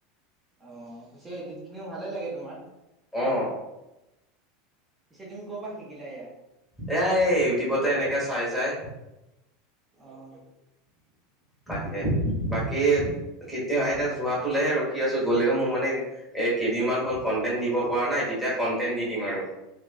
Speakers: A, on the right (about 15°); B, in the centre.
A: অ', পিছে এডিটখিনিও ভালে লাগে তোমাৰ।
B: অ'।
A: পিছে তুমি ক'ৰ পৰা শিকিলা এয়া?
B: এয়া এই ইউটিউবতে এনেকে চাই চাই।
A: অ'।
B: তাকে। বাকী কেতিয়া হয় তাত যোৱাটোলেহে ৰখি আছো। গ'লেও মোৰ মানে এই কেইদিনমান হ'ল কন্টেণ্ট দিব পৰা নাই, তেতিয়া কণ্টেণ্ট দি দিম আৰু।